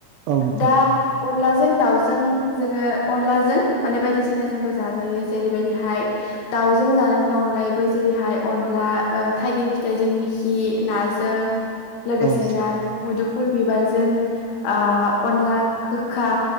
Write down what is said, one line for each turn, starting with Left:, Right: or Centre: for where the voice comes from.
Right: औ नोंथां औ नोंथां
Left: दा अनला जों जों दाउजों जोङो अनलाजों माने बायदिसिना जोंबो जाजायो जेरैबायदिहाय दाउजों जानायनि अन ओमफ्रायबो जेरैहाय अनला थाइगिर फिथाइजों मिखि नाजों। लोगोसेनो
Right: औ नोंथां
Left: आरो मुदुफुल बिबारजों ओ अनला गोखा।